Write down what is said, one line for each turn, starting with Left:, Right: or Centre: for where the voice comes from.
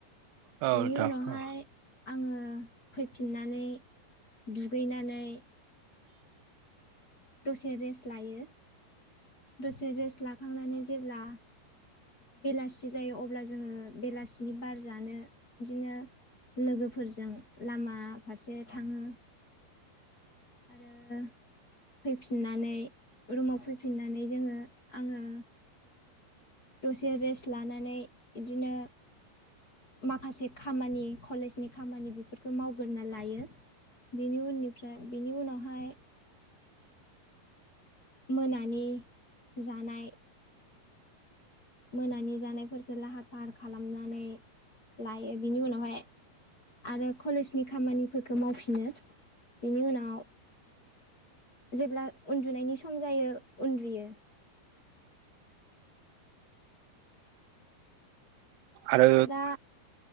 Right: औ
Left: बेनि
Right: नोंथां
Left: उनावहाय
Right: औ
Left: आङो फैफिननानै दुगैनानै दसे रेस्ट लायो, दसे रेस्ट लाखांनानै जेब्ला बेलासि जायो अब्ला जोङो बेलासिनि बार जानो इदिनो लोगोफोरजों लामा फारसे थाङो आरो फैफिननानै रुमाव फैफिननानै जोङो आङो दसे रेस्ट लानानै इदिनो माखासे खामानि कलेजनि खामानि बेफोरखौ मावगोरना लायो। बेनि उननिफ्राय बेनि उनावहाय मोनानि जानाय मोनानि जानायफोरफोरखौ लाहार फाहार खालामनानै लायो। बिनि उनावहाय आरो कलेजनि खामानिफोरखौ मावफिनो। बेनि उनाव जेब्ला उन्दुनायनि सम जायो उन्दुयो।
Right: आरो
Left: दा